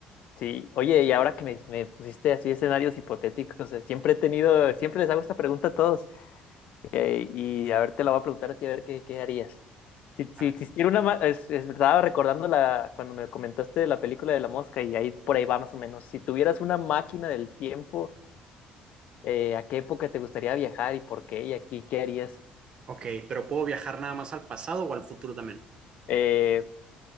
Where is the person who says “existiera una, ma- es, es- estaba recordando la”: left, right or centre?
Left